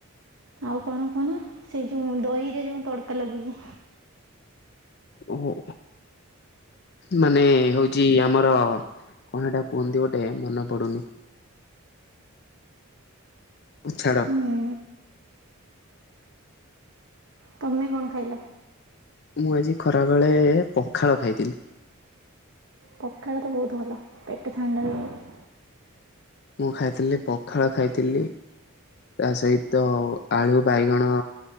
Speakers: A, on the right; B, on the left.
A: ଆଉ କଣ କୁହନା ସେଇ ଯୋଉ ଦହିରେ ଯୋଉ ତଡ଼କା ଲଗେଇକି।
B: ଓ ହୋ। ମାନେ ହଉଛି ଆମର କଣ ହେଟା କୁହନ୍ତି ଗୋଟେ ମନେ ପଡୁନି। ଛାଡ଼।
A: ହୁଁ ତମେ କଣ ଖାଇଲ?
B: ମୁଁ ଆଜି ଖରାବେଳେ ପଖାଳ ଖାଇଥିଲି।
A: ପଖାଳ ତ ବହୁତ ଭଲ ପେଟ ଥଣ୍ଡା ରହିବ।
B: ମୁଁ ଖାଇଥିଲି ପଖାଳ ଖାଇଥିଲି। ତା ସହିତ ଆଳୁ ବାଇଗଣ